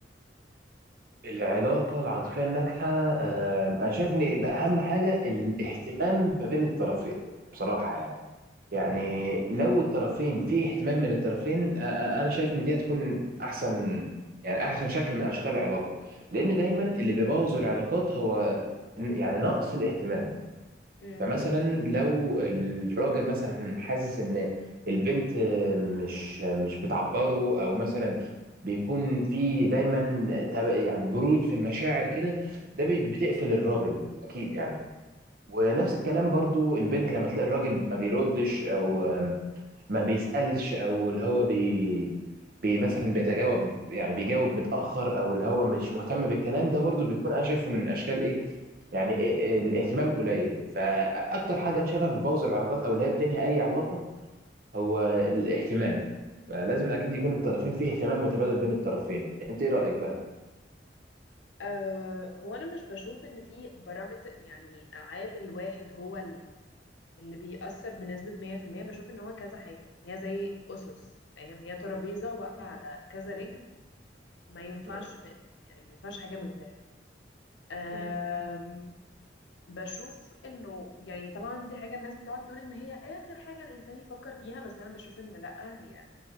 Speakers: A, on the right (about 55°); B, on the left (about 85°).
A: العلاقة العاطفية الناجحة آه، أنا شايف إن ده أهم حاجة الاهتمام ما بين الطرفين بصراحة يعني يعني لو الطرفين في اهتمام من الطرفين آه، آه، أنا شايف إن دي هتكون أحسن يعني أحسن شكل من أشكال العلاقة لأن دايما اللي بيبوظ العلاقات هو إن- يعني نقص الاهتمام
B: مم.
A: فمثلا لو الراجل مثلا حاسس ان البنت مش مش بتعبره او مثلا بيكون في دايما تب- يعني برود في المشاعر كده ده بي- بتقفل الراجل اكيد يعني ونفس الكلام برضو البنت لما تلاقي الراجل ما بيردش او ما بيسألش او اللي هو بي بي مثلا بيتجاوب يعني بيجاوب متأخر او اللي هو مش مهتم بالكلام ده برضو بيكون انا شايفه من اشكال ايه يعني إيه- إيه الاهتمام قليل فاكتر حاجه انا شايفها بتبوظ العلاقات او اللي هي بتنهي اي علاقه هو الاهتمام فلازم اكيد يكون الطرفين فيه اهتمام متبادل بين الطرفين انت ايه رايك بقى
B: أه هو أنا مش بشوف إن في بارامتر يعني عامل واحد هو ال- اللي بيأثر بنسبة 100% بشوف إن هو كذا حاجة يعني هي زي أسس فاهم هي ترابيزة واقفة
A: مم.
B: على كذا رجل ما ينفعش
A: مم.
B: يعني ما ينفعش حاجة من غيرها أم،
A: مم.
B: بشوف انه يعني طبعا دي حاجة الناس بتقعد تقول ان هي اخر حاجة الانسان يفكر فيها بس انا بشوف ان لا هي